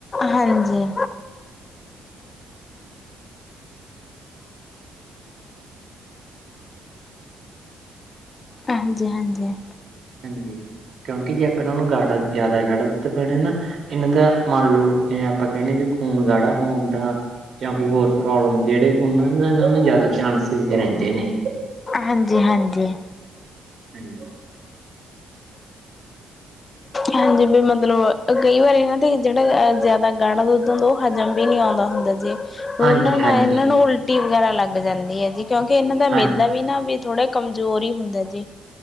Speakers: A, on the left; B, on the right.
A: ਹਾਂਜੀ। ਹਾਂਜੀ- ਹਾਂਜੀ।
B: ਹਾਂਜੀ, ਕਿਉਂਕਿ ਜੇ ਆਪੜਾ ਉਹਨੂੰ ਗਾੜਾ ਜ਼ਿਆਦਾ ਗਾੜਾ ਦੁੱਧ ਪਿਓਨੇ ਨਾ ਇਹਨਾਂ ਦਾ ਮੰਨ ਲੋ, ਜਿਵੇਂ ਆਪਾਂ ਕਹਿੰਨੇ ਵੀ ਖ਼ੂਨ ਗਾੜਾ ਹੋਣ ਦਾ ਜਾਂ ਕੋਈ ਹੋਰ ਪ੍ਰੋਬਲਮ ਜਿਹੜੇ ਉਹਨਾਂ ਨੂੰ ਨਾ ਜ਼ਿਆਦਾ ਚਾਂਨਸੇਸ ਰਹਿੰਦੇਂ ਨੇ
A: ਹਾਂਜੀ- ਹਾਂਜੀ।
B: ਹਾਂਜੀ।
A: ਹਾਂਜੀ ਵੀ ਮਤਲੱਬ ਕਈ ਵਾਰੀ ਇਹਨਾਂ ਦੇ ਜਿਹੜਾ ਜ਼ਿਆਦਾ ਗਾੜਾ ਦੁੱਧ ਹੁੰਦਾ ਉਹ ਹਜ਼ਮ ਵੀ ਨੀਂ ਆਉਂਦਾ ਹੁੰਦਾ ਜੀ ਉਹਨਾਂ
B: ਹਾਂਜੀ
A: ਨਾਲ
B: ਹਾਂਜੀ
A: ਇਹਨਾਂ ਨੂੰ ਉਲਟੀ ਵਗੈਰਾ ਲੱਗ ਜਾਂਦੀ ਹੈ ਜੀ, ਕਿਉਂਕਿ ਇਹਨਾਂ ਦਾ
B: ਹਾਂਜੀ
A: ਮੇਦਾ ਵੀ ਨਾ ਥੋੜੇ ਕਮਜ਼ੋਰ ਈ ਹੁੰਦਾ ਜੀ।